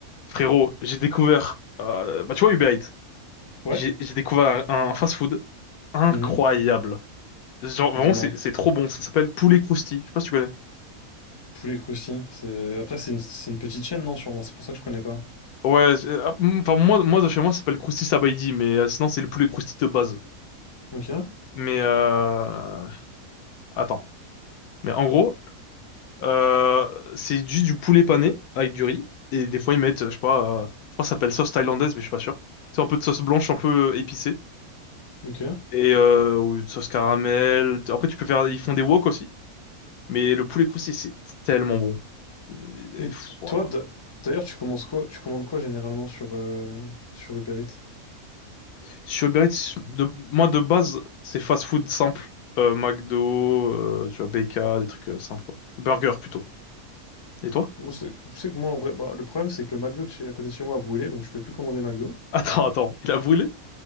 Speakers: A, on the left (about 80°); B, on the left (about 35°).
A: Frérot, j'ai découvert, euh, bah tu vois Uber Eats,
B: Ouais,
A: j'ai j'ai découvert un, un fast-food incroyable.
B: mhm,
A: Genre
B: Dis-moi.
A: vraiment c'est c'est trop bon, ça s'appelle poulet crousti, je sais pas si tu connais.
B: Poulet Crousty. c'est- Après, c'est une... c'est une petite chaîne, non, sûrement. C'est pour ça que je connais pas.
A: Ouais, c'est- euh, mm, enfin moi moi de chez moi ça s'appelle crousti sabaïdi, mais euh, sinon c'est le poulet crousti de base.
B: Ok,
A: Mais euh, attends, mais en gros euh, c'est juste du poulet pané avec du riz et des fois ils mettent, je sais pas, euh, je crois que ça s'appelle sauce thaïlandaise mais je suis pas sûr. C'est un peu de sauce blanche un peu euh, épicée
B: ok.
A: et euh, ou une sauce caramel. Après tu peux faire, ils font des wok aussi. Mais le poulet croustillé, c'est tellement bon. Et,
B: Et
A: pff, ouah.
B: toi, d- d'ailleurs, tu commences quoi? Tu commandes quoi généralement sur, euh, sur Uber Eats?
A: Sur Uber Eats, de, moi de base, c'est fast food simple. Euh, McDo, euh, tu vois, BK, des trucs euh, simples quoi. Burger plutôt. Et toi? <laughs>
B: Moi, c'est tu sais que moi, en vrai, bah, le problème, c'est que le McDo de chez... à côté de chez moi a brûlé, donc je peux plus commander McDo.
A: Attends, attends, il a brûlé?